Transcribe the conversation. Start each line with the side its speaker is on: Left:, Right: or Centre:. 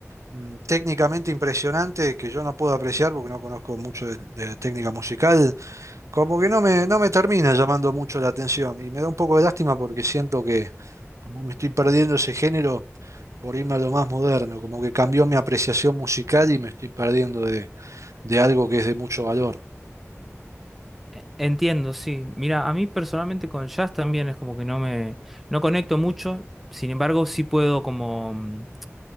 Right: mm, técnicamente impresionante que yo no puedo apreciar porque no conozco mucho de de técnica musical. Como que no me, no me termina llamando mucho la atención y me da un poco de lástima porque siento que como me estoy perdiendo ese género por irme a lo más moderno, como que cambió mi apreciación musical y me estoy perdiendo de, de algo que es de mucho valor.
Centre: E- Entiendo, sí. Mira, a mí personalmente con jazz también es como que no me, no conecto mucho, sin embargo sí puedo como, mm,